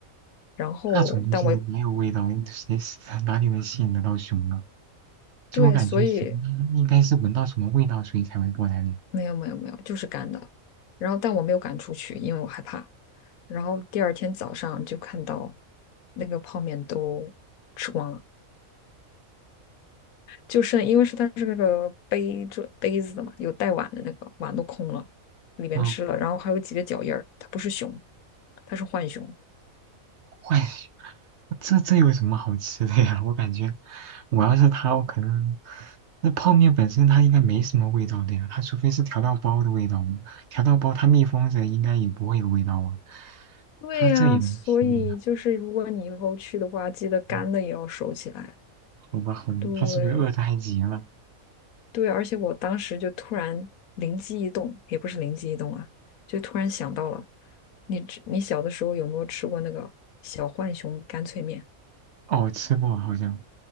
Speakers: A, on the left; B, on the right.
A: 然后，
B: 那种东西没有味道，
A: 但我
B: 谁 <laughs> 哪里能吸引得到熊呢？就我感觉熊它应该是闻到什么味道，
A: 对，所以
B: 所以才会过来的。
A: 没有没有没有，就是干的。然后，但我没有赶出去，因为我害怕。然后第二天早上就看到那个泡面都吃光了。就是因为是它是那个杯子杯子的嘛，有带碗的那个碗都空了，里边吃了，
B: 嗯，
A: 然后还有几个脚印儿，它不是熊，它是浣熊。
B: 怪熊这这有什么好吃的呀？<laughs> 我感觉我要是它，我可能那泡面本身它应该没什么味道的呀，它除非是调料包的味道嘛，调料包它密封着应该也不会有味道啊。
A: 对呀，
B: 它这也能吃的呀？
A: 所以就是如果你以后去的话，记得干的也要收起来。
B: 嗯好吧，好吧，
A: 对
B: 它是不是饿得太急了？
A: 对，而且我当时就突然灵机一动，也不是灵机一动啊，就突然想到了，你吃你小的时候有没有吃过那个小浣熊干脆面？
B: 哦，吃过好像。